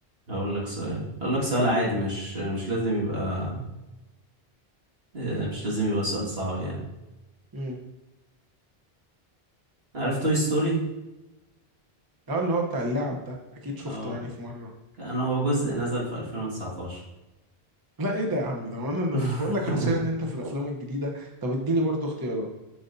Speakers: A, on the right; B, on the right.
A: هقول لك سؤال هقول لك سؤال عادي مش مش لازم يبقى آه، مش لازم يبقى سؤال صعب يعني
B: مم.
A: عارف توي ستوري
B: اه اللي هو بتاع اللعب ده اكيد شفته
A: اه
B: يعني في مره
A: انا هو جزء نزل في 2019
B: لا ايه ده يا عم ده وانا انا
A: <laughs>
B: مش بقول لك حاصرني انت في الافلام الجديده طب اديني برضو اختيارات